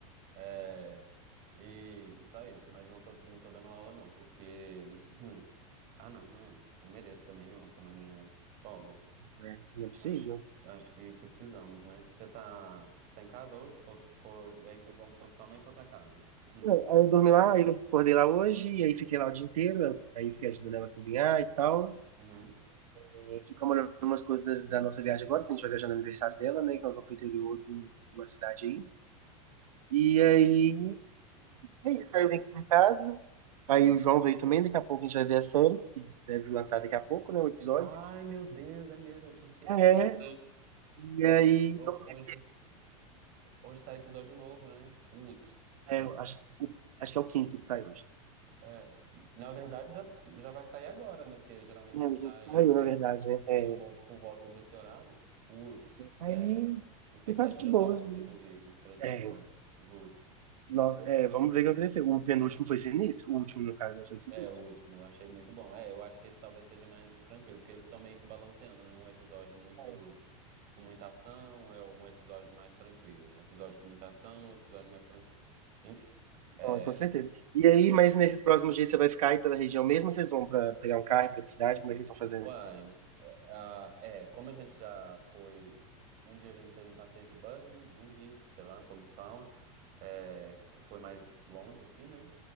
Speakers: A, on the right (about 50°); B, on the right (about 85°).
A: É, e só isso, mas não tô, não tô dando aula, não, porque. <clears throat> Ah, não, né? Eu mereço também, né? Uma semaninha de folga.
B: É, Não é possível.
A: Acho, acho que precisamos, né? Você tá, tá em casa hoje? Ficou, ficou, e aí você almoçou com sua mãe e foi pra casa. Uhum.
B: É, Aí eu dormi lá, aí eu acordei lá hoje, e aí fiquei lá o dia inteiro, aí fiquei ajudando ela a cozinhar e tal.
A: Uhum.
B: gente fica olhando umas coisas da nossa viagem agora, que a gente vai viajar no aniversário dela, né? Que nós vamos pro interior de uma cidade aí. E aí. É isso. Aí eu vim aqui pra casa. Aí o João veio também, daqui a pouco a gente vai ver a série, que deve lançar daqui a pouco, né? O episódio.
A: Ai, meu Deus, é mesmo, eu tinha esquecido.
B: É. E
A: Hoje,
B: aí.
A: ho-
B: dormi.
A: hoje, hoje sai episódio novo, né? Putz.
B: É,
A: Ah,
B: eu acho, acho que é o quinto que sai hoje.
A: é. Na verdade, já, já vai sair agora, né? Porque geralmente
B: Não,
A: sai
B: já saiu,
A: mas
B: na verdade, né? É.
A: por, vol- por volta desse horário. Putz,
B: Aí.
A: é. Expectativas
B: E tá de boa,
A: altas,
B: assim.
A: inclusive, pra esse
B: É,
A: episódio, juro.
B: no- é, vamos ver o que aconteceu. O penúltimo foi sinistro, o último, no caso, né, foi sinistro.
A: É, o último, eu achei muito bom. É, eu acho que esse talvez seja mais tranquilo, porque eles estão meio que balanceando, né? Um episódio muito
B: É.
A: com muita ação, é um episódio mais tranquilo. Um episódio com muita ação, um episódio mais tranquilo. Enfim. é,
B: Não, com certeza. E aí, mas nesses próximos dias você vai ficar aí pela região mesmo? ou Vocês vão para pegar um carro para outra cidade? Como é que vocês estão fazendo?
A: Uai, é, ah, é, como a gente já foi. Um dia a gente fez um passeio de buggy, buggy, sei lá como que fala, é, que foi mais longe, assim, né?